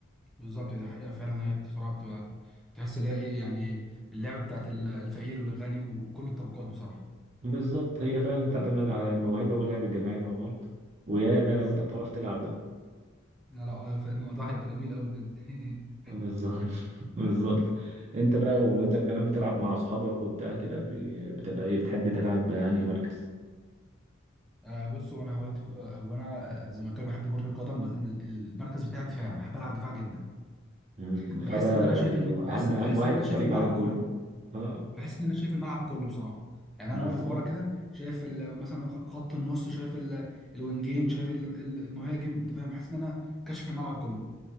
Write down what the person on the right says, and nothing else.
بالظبط هي فعلا بتعتمد على الموهبة واللعب الجماعي مع بعض ويا بقى
لو انت بتعرف تلعب بقى
بالظبط <laughs> بالظبط انت
بقى وانت كمان بتلعب مع اصحابك وبتاع كده بي- بتبقى ايه بتحب تلعب انهي مركز
مم.
فده
يعني
اهم
اهم واحد
في الفريق
بعد الجون
اه
بالظبط